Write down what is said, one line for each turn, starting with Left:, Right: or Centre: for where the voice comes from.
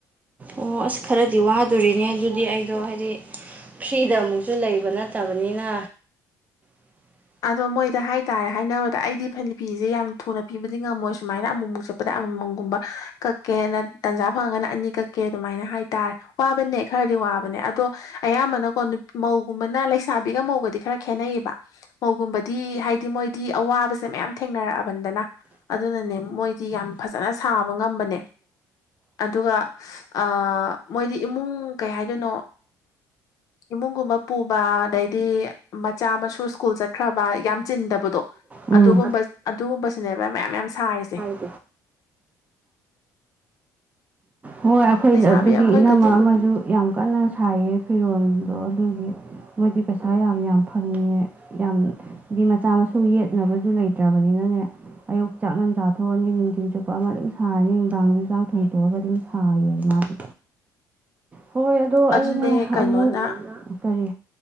Right: ꯑꯣ ꯑꯁ ꯈꯔꯗꯤ ꯋꯥꯗꯣꯔꯤꯅꯦ ꯑꯗꯨꯗꯤ ꯑꯩꯗꯣ ꯍꯥꯏꯗꯤ ꯐ꯭ꯔꯤꯗ ꯑꯃꯨꯛꯁꯨ ꯂꯩꯕ ꯅꯠ ꯇꯕꯅꯤꯅ <inaudible>
Left: ꯑꯗꯣ ꯃꯣꯏꯗ ꯍꯥꯏꯇꯥꯔꯦ ꯍꯥꯏꯅꯕꯗ ꯑꯩꯗꯤ ꯐꯅꯤ ꯐꯤꯁꯦ ꯌꯥꯝ ꯊꯨꯅ ꯄꯤꯕꯗꯤ ꯉꯝꯃꯣꯏ ꯁꯨꯃꯥꯏꯅ ꯑꯃꯨꯛ ꯃꯨꯛ ꯆꯠꯄ ꯄꯗ ꯑꯃ ꯃꯝꯒꯨꯝꯕ ꯀꯛꯀꯦꯅ ꯇꯟꯖꯥ ꯐꯪꯉꯥꯒꯅ ꯑꯅꯤ ꯀꯛꯀꯦ ꯑꯗꯨꯃꯥꯏꯅ ꯍꯥꯏꯇꯥꯔꯦ ꯋꯥꯕꯅꯦ ꯈꯔꯗꯤ ꯋꯥꯕꯅꯦ ꯑꯗꯣ ꯑꯌꯥꯝꯕꯅꯀꯣ ꯅꯨ ꯃꯧꯒꯨꯝꯕꯅ ꯂꯩꯁꯥꯕꯤꯒ ꯃꯧꯒꯗꯤ ꯈꯔ ꯈꯦꯠꯅꯩꯕ ꯃꯧꯒꯨꯝꯕꯗꯤ ꯍꯥꯏꯗꯤ ꯃꯣꯏꯗꯤ ꯑꯋꯥꯕꯁꯦ ꯃꯌꯥꯝ ꯊꯦꯡꯅꯔꯛꯑꯕꯅꯤꯗꯅ ꯑꯗꯨꯅꯅꯦ ꯃꯣꯏꯗꯤ ꯌꯥꯝ ꯐꯖꯅ ꯁꯥꯕ ꯉꯝꯕꯅꯦ ꯑꯗꯨꯒ ꯑꯥ ꯃꯣꯏꯗꯤ ꯏꯃꯨꯡ ꯀꯩ ꯍꯥꯏꯗꯣꯏꯅꯣ ꯏꯃꯨꯡꯒꯨꯝꯕ ꯄꯨꯕ ꯑꯗꯩꯗꯤ ꯃꯆꯥ ꯃꯁꯨ ꯁꯨ ꯁ꯭ꯀꯨꯜ ꯆꯠꯈ꯭ꯔꯕ ꯌꯥꯝ ꯆꯤꯟꯗꯕꯗꯣ
Right: ꯎꯝ
Left: ꯑꯗꯨꯒꯨꯝꯕ ꯑꯗꯨꯒꯨꯝꯕꯁꯤꯅꯦꯕ ꯃꯌꯥꯝ ꯃꯌꯥꯝ ꯁꯥꯔꯤꯁꯦ
Right: <inaudible> ꯍꯣꯏ ꯑꯩꯈꯣꯏ
Left: ꯂꯩꯁꯥꯕꯤ
Right: <unintelligible>
Left: ꯑꯩꯈꯣꯏꯒꯗꯤ
Right: ꯒꯤ ꯏꯅꯝꯃ ꯑꯃꯁꯨ ꯌꯥꯝ ꯀꯟꯅ ꯁꯥꯏꯌꯦ ꯐꯤꯔꯣꯜꯗꯣ ꯑꯗꯨꯒꯤ ꯃꯣꯏꯗꯤ ꯄꯩꯁꯥ ꯌꯥꯝ ꯌꯥꯝ ꯐꯪꯉꯦ ꯌꯥꯝꯅ ꯗꯤ ꯃꯆꯥ ꯃꯁꯨ ꯌꯦꯠꯅꯕꯁꯨ ꯂꯩꯇ꯭ꯔꯕꯅꯤꯅꯅꯦ ꯑꯌꯨꯛ ꯆꯥꯛ ꯉꯟ ꯆꯥꯊꯣꯛꯑꯅꯤ ꯅꯨꯡꯊꯤꯟ ꯆꯨ ꯄ ꯑꯃ ꯑꯗꯨꯝ ꯁꯥꯔꯅꯤ ꯅꯨꯡꯗꯥꯡꯁꯨ ꯆꯥꯛ ꯊꯣꯡꯇꯣꯛꯑꯒ ꯑꯗꯨꯝ ꯁꯥꯕꯅꯤ ꯃꯥꯗꯤ ꯍꯣꯏ ꯑꯗꯣ
Left: ꯑꯗꯨꯅꯦ
Right: ꯑꯩꯅꯦ
Left: ꯀꯩꯅꯣꯅ
Right: ꯑꯃꯨꯛ ꯀꯔꯤ